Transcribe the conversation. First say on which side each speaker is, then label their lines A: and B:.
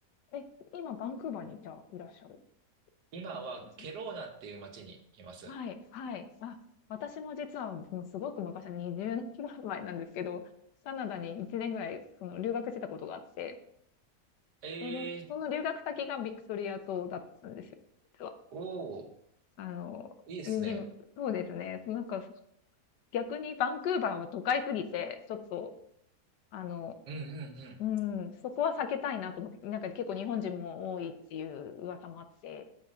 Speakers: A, on the left; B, on the right.
A: え、今、バンクーバーに、じゃあ、いらっしゃる。
B: 今はケローナっていう街にいます。
A: いらっしゃってますね。はい、はい。あ、私も実はもうすごく昔、に0年ぐらい前なんですけど、カナダに1年ぐらい、その留学してたことがあって、
B: ええー、
A: その、その留学先がビクトリア島だったんですよ、実は。
B: おー。
A: あの、
B: いいですね。
A: ユンリムそうですね。なんか、逆にバンクーバーは都会すぎて、ちょっと、あの、
B: うんうんうん。
A: うん、そこは避けたいなと思って、なんか結構日本人も多いっていう噂もあって、